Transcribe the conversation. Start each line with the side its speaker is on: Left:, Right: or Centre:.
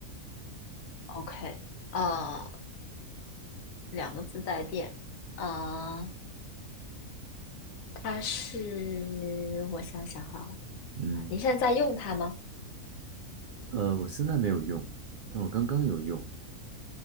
Left: ？OK，呃，两个字带电。呃，它是我想想哈，
Right: 嗯，
Left: 你现在在用它吗？
Right: 呃，我现在没有用，但我刚刚有用，